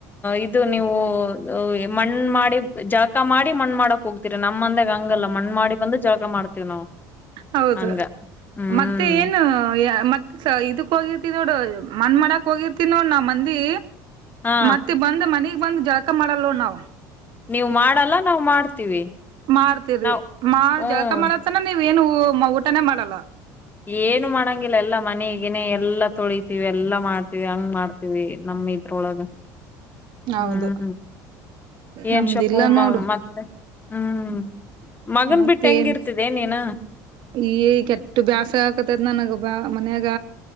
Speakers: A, on the left (about 20°); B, on the right (about 65°).
A: ಇದು ನೀವು ಮಣ್ ಮಾಡಿ ಜಳಕ ಮಾಡಿ ಮಣ್ ಮಾಡಕ್ ಹೋಗ್ತಿರ ನಮ್ಮಂದಾಗ ಹಂಗಲ್ಲ ಮಣ್ ಮಾಡಿ ಬಂದು ಜಾಗ ಮಾಡ್ತೀವ್ ನಾವು
B: ಹೌದು
A: ಹಂಗ ಹ್ಮ್
B: ಮತ್ತೆ ಏನು ಮತ್ತೆ ಇದಕ್ಕ ಹೋಗಿ ನೋಡು ಮನ್ ಮಾಡಕ್ ಹೋಗಿರ್ತಿ ನೋಡ್ ನಾ ಮಂದಿ
A: ಹಾ
B: ಮತ್ತೆ ಬಂದ ಮನ ಬಂದ್ ಜಳಕ ಮಾಡಲ್ಲವ ನಾವು
A: ನೀವು ಮಾಡಲ್ಲ ನಾವವು್ ಮಾಡ್ತೀವಿ
B: ಮಾಡ್ತೀರಿ
A: ನಾವ್
B: ಮಾಡ
A: ಹ್ಮ್
B: ಜಳಕ ಮಾಡತ್ತನ ನೀವ್ ಏನು ಊಟಾನೇ ಮಾಡಲ್ಲ
A: ಏನು ಮಾಡಂಗಿಲ್ಲ ಎಲ್ಲಾ ಮನೆಗನೆೇ ಎಲ್ಲಾ ತೊಳತಿೀವಿ ಎಲ್ಲಾ ಮಾಡ್ತೀವಿ ಹಂಗ್ ಮಾಡ್ತೀವಿ ನಮ ನಮ್ಮಿ ಇದಟ್ರೊಳಗೆ
B: ಹೌದು
A: ಹ್ಮ್ ಏನ್
B: ನಮ್ದಿಲ್ಲ
A: ಶುಭು ಮ
B: ನೋಡು
A: ಮತ್ತೆ ಹ್ಮ್ ಮಗನ್
B: ಮತ್ತೇನ್
A: ಬಿಟ್ಟು ಹೆಂಗ ಇರ್ತಿದೆ ನೀನ
B: ಈ ಕೆಟ್ಟು ಬ್ಯಾಸ ಹಾಕತದ ನನಗ ಬಾ ಮನ್ಯಾಗ